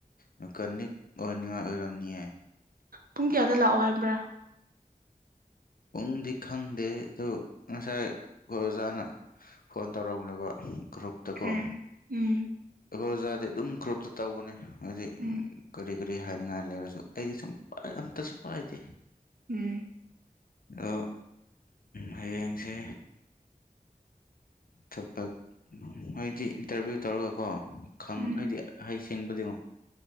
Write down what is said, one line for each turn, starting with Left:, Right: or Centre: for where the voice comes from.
Left: ꯃꯦꯀꯥꯅꯤꯛ ꯑꯣꯏꯅꯤꯡꯉꯥꯏ ꯑꯣꯏꯔꯝꯅꯤ ꯍꯥꯏ
Right: ꯄꯨꯡ ꯀꯌꯥꯗ ꯂꯥꯛꯑꯣ ꯍꯥꯏꯕ꯭ꯔ
Left: ꯄꯨꯡꯗꯤ ꯈꯪꯗꯦ ꯑꯗꯨ ꯉꯁꯥꯏ ꯑꯩꯈꯣꯏ ꯑꯣꯖꯥꯅ ꯐꯣꯟ ꯇꯧꯔꯛꯑꯕꯅꯦꯕ ꯒ꯭ꯔꯨꯞꯇꯀꯣ
Right: ꯎꯝ ꯎꯝ
Left: ꯑꯩꯈꯣꯏ ꯑꯣꯖꯥꯗꯤ ꯑꯗꯨꯝ ꯒ꯭ꯔꯨꯞꯇ ꯇꯧꯕꯅꯦ ꯍꯥꯏꯗꯤ
Right: ꯎꯝ
Left: ꯀꯔꯤ ꯀꯔꯤ ꯍꯥꯏꯅꯤꯡꯉꯥꯏ ꯂꯩꯔꯖꯨ ꯑꯩꯗꯤ ꯁꯨꯝ ꯄ ꯑꯝꯇꯁꯨ ꯄꯥꯏꯗꯦ
Right: ꯎꯝ
Left: ꯑꯗꯣ ꯍꯌꯦꯡꯁꯦ ꯊꯕꯛ ꯃꯣꯏꯗꯤ ꯏꯟꯇꯔꯚꯤꯌꯨ ꯇꯧꯔꯒꯀꯣ ꯈꯪ
Right: ꯎꯝ
Left: ꯍꯥꯏꯗꯤ ꯍꯩꯁꯦ ꯁꯤꯡꯕꯗꯤ ꯌꯦꯡꯉꯨ